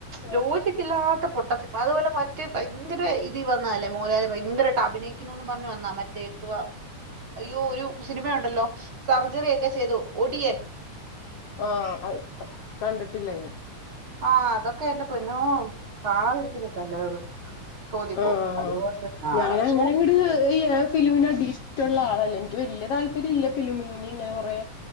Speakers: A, on the left; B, on the right.
A: ആ
B: ലോച ല്ലാത്ത പൊട്ട സിനിമ അതുപോലെ മറ്റേ ഭയങ്കര ഇതി വന്നാലേ മോഹൻലാല് ഭയങ്കരാട്ട് അഭിനയിക്കുന്നുന്ന് പറഞ്ഞു വന്ന മറ്റ ന്തുവാ അയ്യോ ഒരു സിനിമയൊണ്ടല്ലോ സർജറി ഒക്കെ ചെയ്തു ഒടിയൻ
A: ആഹ് അത് കണ്ടിട്ടില്ല ഞാൻ
B: ആഹ് അതൊക്കെ എന്റെ പൊന്നോ കാണാതിരിക്കുന്നതാ നല്ലത് തോന്നിപ്പോ
A: ആഹ്
B: അതുപോലത്തെ നാളെ
A: ഞാന്
B: പക്ഷെ
A: അങ്ങനെങ്ങട് ഈ ഫിലിമിന് അടിഷനുള്ള ആളല്ല എനിക്ക് വല്യ താല്പര്യല്ല ഫിലിമിങ്ങിന് ഇങ്ങനെ കുറെ